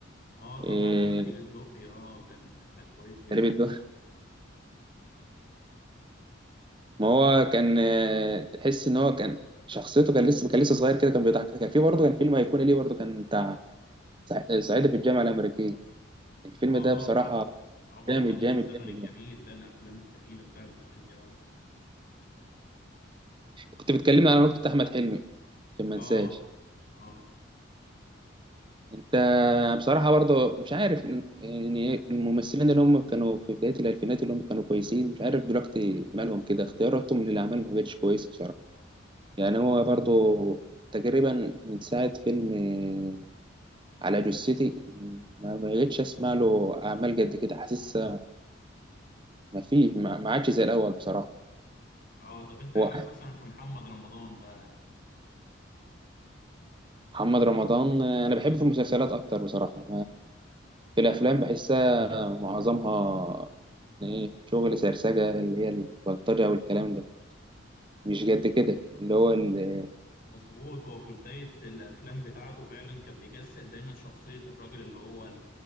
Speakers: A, on the left; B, on the right.
A: آه طبعا
B: إيه
A: عندليب الدقي آه كان كان كويس جدا
B: عندليب الدقي ما هو كان آه، تحس ان هو كان شخصيته كان لسه كان لسه صغير كده كان بيضحك كان في برضه كان فيلم هيكون ليه برضه كان بتاع صع- صعيدي في الجامعة الأمريكية الفيلم
A: آه
B: ده بصراحة
A: طبعا طبعا
B: جامد
A: ده من
B: جامد
A: الزمن
B: جامد
A: الجميل لا الأفلام الجميلة بتاعت زمان دي آه
B: كنت بتكلمنا على نقطة أحمد حلمي عشان ما
A: آه
B: انساش
A: آه
B: أنت بصراحة برضه مش عارف يعني الممثلين اللي هم كانوا في بداية الألفينات اللي هم كانوا كويسين مش عارف دلوقتي مالهم كده اختياراتهم للأعمال ما بقتش كويسة بصراحة يعني هو برضه تقريبا من ساعة فيلم آه، على جثتي ما بقتش أسمع له أعمال قد كده حاسس ما فيه ما ما عادش زي الأول بصراحة
A: اه طب انت ايه
B: هو
A: رايك مثلا في محمد رمضان بقى
B: محمد رمضان آه، أنا بحبه في المسلسلات أكتر بصراحة في الأفلام بحس معظمها يعني ايه شغل سرسجة اللي هي البلطجة والكلام ده مش قد كده اللي هو ال...
A: مظبوط هو في بداية الأفلام بتاعته فعلا كان بيجسد دايما شخصية الراجل اللي هو